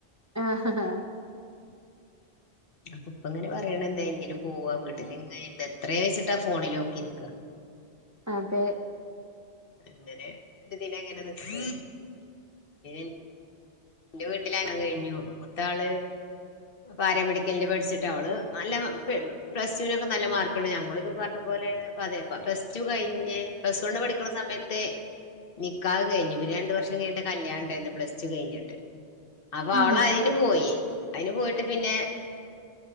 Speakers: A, on the right; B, on the left.
A: ആഹ് ഹഹാ
B: അപ്പൊ ഇപ്പങ്ങനെ പറയണ എന്തെങ്കിലും പോവാ വീട്ടിൽ ഇങ്ങനെ ഇര്ന്ന് എത്രേച്ചിട്ടാ ഫോണിലോക്കി ഇരിക്കാ
A: അതെ
B: അങ്ങനെ ഒരു ഇതിനങ്ങനെ നിക്കാ പിന്നെ ന്റെ വീട്ടിലാണെ കഴിഞ്ഞു മൂത്താള് പാരാമെഡിക്കലിന് പഠിച്ചിട്ട് അവള് നല്ല പെ പ്ലസ് ടുനൊക്കെ നല്ല മാർക്കാണ് ഞങ്ങളിത് പറഞ്ഞ പോലെ അതെപ്പൊ പ്ലസ് ടു കഴിഞ്ഞ് പ്ലസ് വണ് പഠിക്കുന്ന സമയത്ത് നിക്കാഹ് കഴിഞ്ഞു പിന്നെ രണ്ട് വർഷം കഴിഞ്ഞിട്ട കല്യാണം ഇണ്ടായിരുന്നെ പ്ലസ് ടു കഴിഞ്ഞിട്ട് അപ്പൊ
A: ആഹ്
B: അവള അയ്ന് പോയി അയ്ന് പോയിട്ട് പിന്നെ